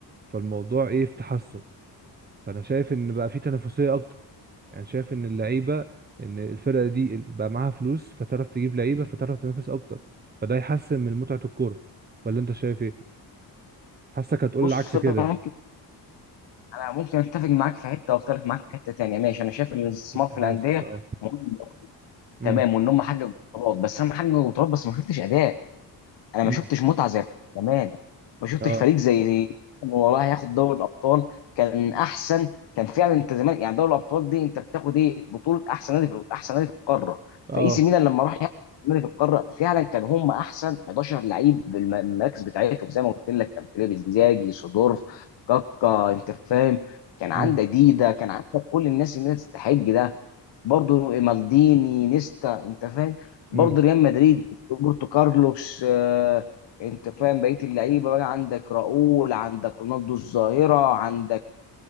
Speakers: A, on the right; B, on the left.
A: فالموضوع ايه في تحسن فانا شايف ان بقى في تنافسيه اكتر يعني شايف ان اللعيبه ان الفرقه دي بقى معاها فلوس فتعرف تجيب لعيبه فتعرف تنافس اكتر فده يحسن من متعه الكوره ولا انت شايف ايه حاسك هتقول
B: بص
A: العكس كده
B: انا ممكن انا ممكن اتفق معاك في حته واختلف معاك في حته تانيه ماشي انا شايف ان الاستثمار
A: كنت
B: في
A: حاسس
B: الانديه
A: اه
B: مهم
A: امم
B: تمام وان هم حققوا بطولات بس انا حققوا بطولات بس ما شفتش اداء انا ما
A: امم
B: شفتش متعه زي بتاعت زمان ما شفتش
A: اه
B: فريق زي زي إنه والله هياخد دوري الابطال كان احسن كان فعلا انت زمان يعني دوري الابطال دي انت بتاخد ايه بطوله احسن نادي في احسن نادي في القاره
A: اه
B: فاي سي ميلان لما راح ياخد نادي في القاره فعلا كان هم احسن 11 لعيب بالم- المراكز بتاعتهم زي ما قلت لك كان فيليب انزاجي سيدورف كاكا انت فاهم كان عندك
A: امم
B: ديدا كان عندك كل الناس اللي هي تستحق ده برضه مالديني نيستا انت فاهم برضه
A: امم
B: ريال مدريد روبرتو كارلوس آه، انت فاهم بقيه اللعيبه بقى عندك راؤول عندك رونالدو الظاهره عندك